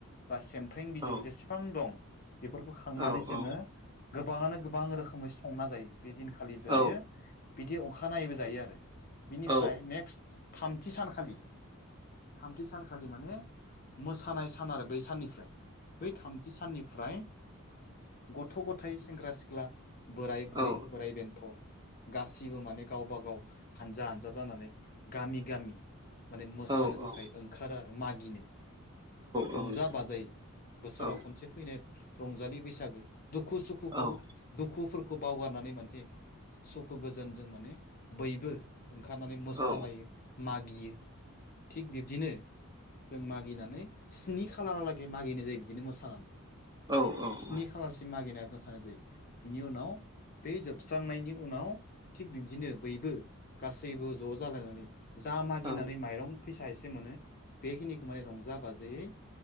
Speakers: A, on the left (about 40°); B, on the right (about 20°).
A: बा सेमफ्र्रें बिजौ
B: औ
A: जेसेबां दं बेफोरखौ खांनानै
B: औ
A: जोङो
B: औ
A: गोबाङानो गोबां रोखोमै संना जायो। बे दिनखालि जायो
B: औ
A: बिदि अखानायैबो जायो आरो बिनिफ्राय
B: औ
A: नेक्स्ट थामथि सानखालि थामथि सानखालि माने मोसानाय सान आरो बै साननिफ्राय। बै थामथि साननिफ्राय गथ' गथाय सेंग्रा सिख्ला बोराय बुरै
B: औ
A: बोराय बेन्थ' गासिबो माने गावबा गाव हानजा हानजा जानानै गामि गामि माने मोसानो
B: औ नोंथां औ औ
A: थाखाय
B: नोंथां
A: ओंखारो आरो मागिनो। रंजा
B: औ नोंथां
A: बाजायै बोसोराव
B: औ
A: खनसे फैनाय रंजालि बैसागो। दुखु सुखुखौ
B: औ औ
A: दुखुफोरखौ बावगारनानै माने सुखु गोजोनजों माने बयबो ओंखारनानै
B: औ
A: सालायो मागियो थिग बिब्दिनो जों मागिनानै स्नि खालारालागै मागिनाय जायो बिदिनो मोसानानै।
B: औ औ
A: स्नि
B: औ।
A: खालारसिम मागिनाया गोसानो जायो बिनि उनाव बे जोबस्रांनायनि उनाव थिग बिब्दिनो बैबो गासैबो ज' जालायनानै जा मागिनानै
B: औ
A: माइरं फैसा एसे मोनो बेखिनिखौ माने रंजा बाजायै